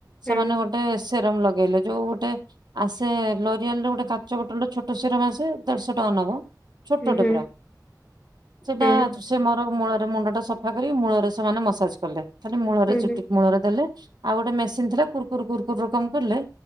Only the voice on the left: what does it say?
ହୁଁ
ହୁଁ ହୁଁ
ହୁଁ
ହୁଁ ହୁଁ